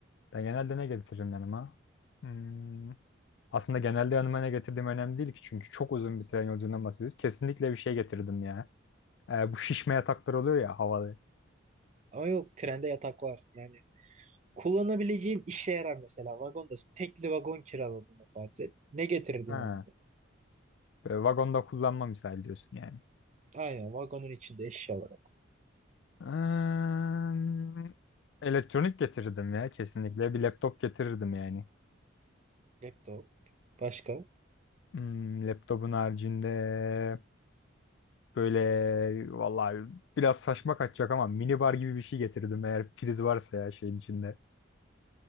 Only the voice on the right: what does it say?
Ama yok trende yatak var. Yani kullanabileceğin işe yarar mesela. Vagondasın. Tekli vagon kiraladığını farz et. Ne getirirdin
yanında?
Aynen vagonun içinde eşya olarak.
Laptop. Başka?